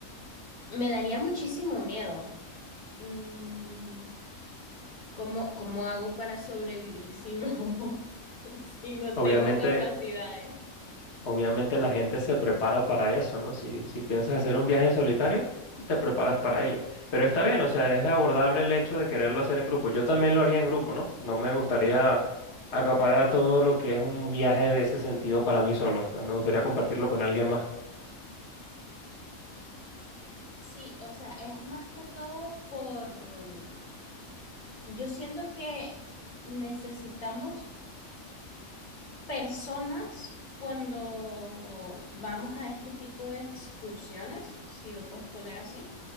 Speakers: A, on the left; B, on the left.
A: me daría muchísimo miedo. Mm, ¿Cómo, cómo hago para sobrevivir si no, <laughs> si no
B: Obviamente,
A: tengo capacidades?
B: obviamente la gente se prepara para eso, ¿no? Si, si piensas hacer un viaje en solitario, te preparas para ello. Pero está bien, o sea, es abordable el hecho de quererlo hacer en grupo. Yo también lo haría en grupo, ¿no? No me gustaría acaparar todo lo que es un viaje de ese sentido para mí solo. O sea, me gustaría compartirlo con alguien más.
A: Sí, o sea, es más que todo por, yo siento que necesitamos personas cuando vamos a este tipo de excursiones, si lo puedes poner así,